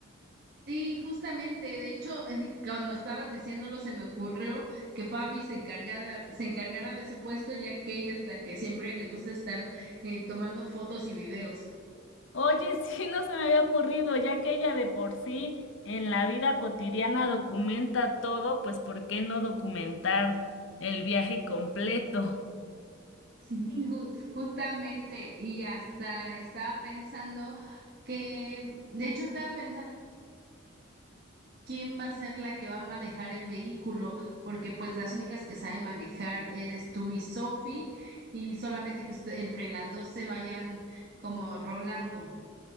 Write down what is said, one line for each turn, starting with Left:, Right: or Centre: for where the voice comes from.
Right: Sí, justamente, de hecho, <laughs> cuando estabas diciéndolo se me ocurrió que Fabi se encargara, se encargara de ese puesto, ya que ella es la que siempre le gusta estar eh, tomando fotos y videos.
Left: Oye, <laughs> sí, no se me había ocurrido, ya que ella de por sí en la vida cotidiana documenta todo, pues ¿por qué no documentar el viaje completo?
Right: Sí, <laughs> ju- justamente, y hasta estaba pensando que, de hecho, estaba pensando quién va a ser la que va a manejar el vehículo, porque pues las únicas que saben manejar eres tú y Sophie, y solamente que usted- entre las dos se vayan como rolando.